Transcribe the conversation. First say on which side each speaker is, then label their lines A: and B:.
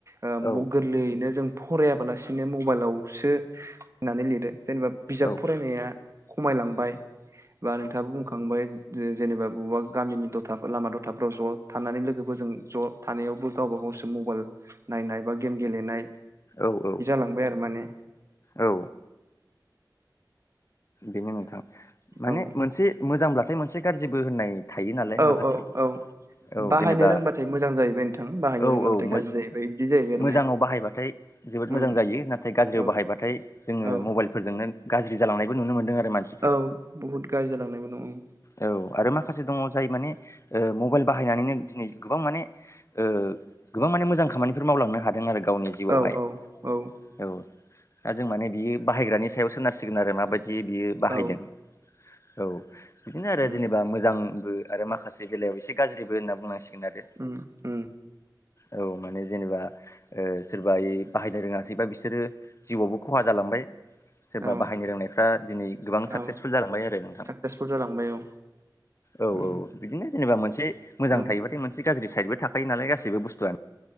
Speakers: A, on the right (about 40°); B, on the left (about 40°).
A: ओ
B: औ
A: म गोरलैयैनो जों फरायाबालासिनो मबाइलावसो होननानै लिरो। जेनेबा बिजाब
B: औ
A: फरायनाया खमायलांबाय बा नोंथाङा बुंखांबाय जे जेनेबा बबेबा गामिनि दथा लामा दथाफ्राव ज' थानानै लोगोबो जों ज' थानायावबो गावबा-गावसो मबेइल नायनाय बा गेम गेलेनाय
B: औ औ
A: मोनबाय आरो माने
B: औ बेनो नोंथां माने
A: औ
B: मोनसे मोजांब्लाथाय मोनसे गाज्रिबो होननाय थायो नालाय
A: औ
B: माखासे।
A: औ औ
B: औ
A: बाहायनो
B: जेनेबा
A: रोंबाथाय मोजां जाहैबाय नोंथां बाहायनो
B: औ
A: रोङाबाथाय
B: औ मो
A: गाज्रि जाहैबाय बिदि जाहैबाय आरो
B: मोजाङाव
A: माने
B: बाहायबाथाय जोबोद मोजां
A: उम
B: जायो। नाथाय गाज्रियाव
A: औ
B: बाहायबाथाय जोङो
A: औ
B: मबाइलफोरजोंनो गाज्रि जालांनायबो नुनो मोनदों आरो मानसि
A: औ बुहुत गाज्रि जालांनायबो दंं उम।
B: औ आरो माखासे दङ' जाय माने ओ मबाइल बाहायनानैनो दिनै गोबां माने ओ गोबां माने मोजां खामानिफोर मावलांनो हादों आरो। गावनि जिउआवहाय
A: औ औ
B: औ दा जों माने बियो बाहायग्रानि सायाव सोनारसिगोन आरो माबायदि जि बियो बाहायदों
A: औ
B: औ बिदिनो आरो
A: उम
B: जेनेबा मोजांबो आरो माखासे बेलायाव एसे गाज्रिबो होनना बुंनांसिगोन आरो
A: उम उम
B: औ माने जेनेबा ओ सोरबा यै बाहायनो रोङासैबा बिसोरो जिउआवबो खहा जालांबाय। सोरबा
A: औ
B: बाहायनो रोंनायफ्रा दिनै गोबां साकसेसफुल
A: औ
B: जालांबाय आरो नोंथां।
A: साक्सेसफुल जालांबाय औ।
B: औ औ
A: उम
B: औ बिदिनो जेनेबा मोनसे मोजां
A: ओं
B: थायोबाथाय मोनसे गाज्रि साइडबो थाखायो नालाय गासैबो बुस्थुआनो